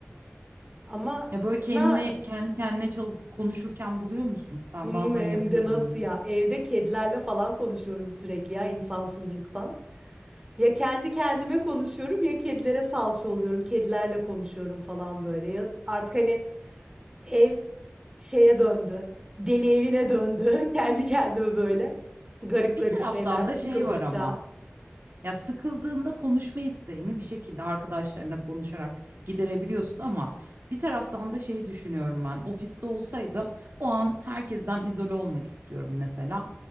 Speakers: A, on the right; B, on the right.
A: Ama
B: Ya böyle kendini
A: na
B: kendi kendine çal- konuşurken buluyor musun? Ben
A: Hmm,
B: bazen
A: hem
B: yapıyorum
A: de nasıl
B: onu.
A: ya? Evde kedilerle falan konuşuyorum sürekli ya insansızlıktan. Ya kendi kendime konuşuyorum ya kedilere salça oluyorum. Kedilerle konuşuyorum falan böyle. Ya artık hani ev şeye döndü. Deli evine döndü. <laughs> Kendi kendime böyle. Garip
B: Bir
A: garip
B: taraftan
A: şeyler
B: da
A: sıkıldıkça.
B: şey var ama Ya sıkıldığında konuşma isteğini bir şekilde arkadaşlarına konuşarak giderebiliyorsun ama bir taraftan da şeyi düşünüyorum ben. Ofiste olsaydım o an herkesten izole olmak istiyorum mesela.